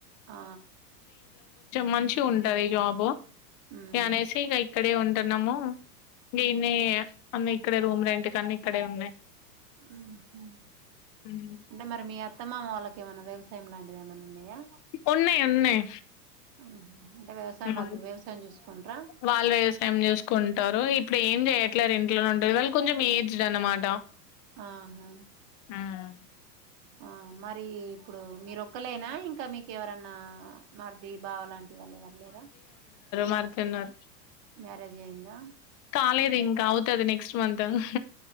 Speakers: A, on the right; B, on the left.
A: ఆ
B: మంచిగ ఉంటది ఈ జాబ్
A: మ్మ్
B: అనేసి ఇక్కడ ఉండి టున్నాము దీన్ని అన్ని ఇక్కడే రూమ్ రెంట్ అన్నీ ఇక్కడే ఉన్నాయి
A: ఉ ఊ
B: హ్మ్.
A: అంటే మరి మీ అత్తామామ వాళ్ళకి ఏవన్నా వ్యవసాయం లాంటిది ఏమన్నా ఉన్నాయా.
B: ఉన్నయి ఉన్నాయి
A: ఉహు. అంటే వ్యవసాయం
B: ఉ
A: వాళ్ళు వ్యవసాయం చూసుకుంటారా
B: వాళ్ళు వ్యవసాయం చేసుకుంటారు ఇ ప్పుడు ఏం చేయట్లేరు ఇంట్లోనే ఉండి, వాళ్ళు కొంచెం ఏజ్డ్ అన్నమాట
A: ఆహా
B: హ్మ్.
A: ఆ మర్ రి ఇప్పుడు మీరు ఒక్కలేనా ఇం ఇంకా మీకెవరన్నా మరిది బావ లాంటి వాళ్ళు ఎవర్ లేరా?
B: మరి తిన్నర
A: మ్యారేజ్ అయిందా
B: కాలేదు. ఇంక అవుతది నెక్స్ట్ మంత్ ఇహ్